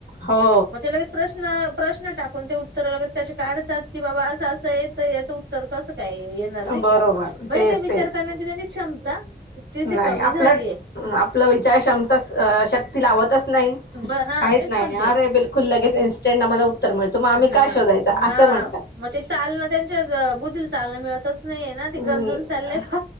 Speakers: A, on the left; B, on the right.
A: हो
B: मग लगेच प्रश्न प्रश्न टाकून ते उत्तर लगे त्या काढतात की बाबा असं असं आहे तर याचं उत्तर कसं काय येणार नाही
A: बरोबर
B: का म्हणजे
A: तेच
B: ते विचार
A: तेच
B: करण्याची त्यांची क्षमता तिथे
A: नाही
B: कमी
A: आपलं
B: झालीय
A: आपला विचार क्षमता श्य ती लावतच नाही
B: ब हा
A: काहीच
B: तेच
A: नाही
B: म्हणते
A: अरे बिलकुल लगेच इन्स्टंट आम्हाला मिळतो मग आम्ही
B: हा
A: का शोधायचा
B: हा
A: असं म्हणतात
B: मग ते चालना त्यांच्या बुद्धील चालण मिळत च नाहीय ना ते
A: हम्म
B: गंजून चालले फ